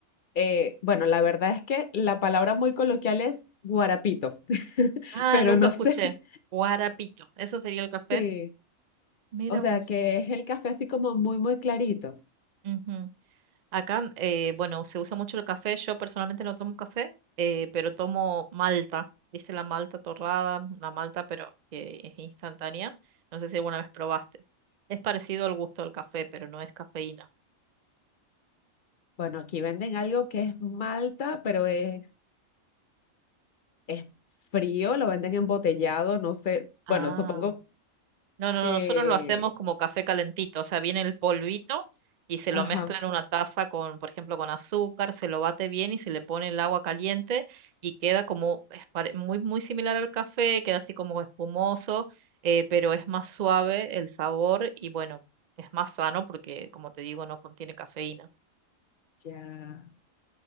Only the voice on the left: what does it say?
eh, bueno, la verdad es que la palabra muy coloquial es guarapito, <laughs>
pero
no
sé.
Sí,
o sea
que es el café así como muy, muy clarito.
Bueno, aquí venden algo que es malta, pero es, es frío, lo venden embotellado, no sé.
Bueno, supongo
que...
Ajá.
Ya.